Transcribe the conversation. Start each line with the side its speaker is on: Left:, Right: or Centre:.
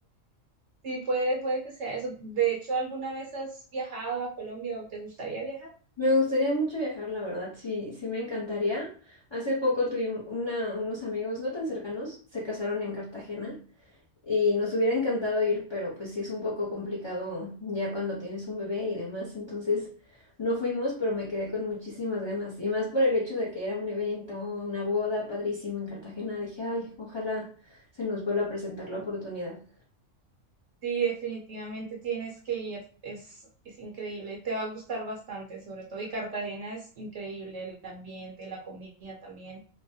Right: Sí, puede, puede que sea eso. De hecho, ¿alguna vez has viajado a Colombia o te gustaría viajar?
Left: Me gustaría mucho viajar, la verdad, sí, sí me encantaría. Hace poco tuvimos una, unos amigos no tan cercanos, se casaron en Cartagena Y nos hubiera encantado ir, pero pues sí es un poco complicado ya cuando tienes un bebé y demás. Entonces no fuimos, pero me quedé con muchísimas ganas. Y más por el hecho de que era un evento, una boda padrísima en Cartagena. Dije, ay, ojalá se nos vuelva a presentar la oportunidad.
Right: Sí, definitivamente tienes que ir, es, es increíble y te va a gustar bastante, sobre todo. Y Cartagena es increíble, el ambiente, la comida también.